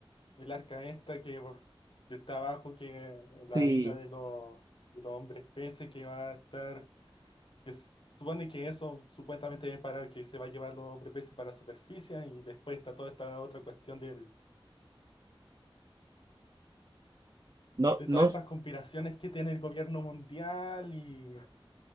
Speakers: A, on the left (about 65°); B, on the right (about 40°).
A: el arca esta que, que está abajo, que la
B: Sí,
A: isla de los, de los hombres peces que va a estar, que se supone que eso supuestamente es para que se va a llevar los hombres peces para la superficie, y después está toda esta otra cuestión del,
B: no,
A: de
B: no.
A: todas estas conspiraciones que tiene el gobierno mundial y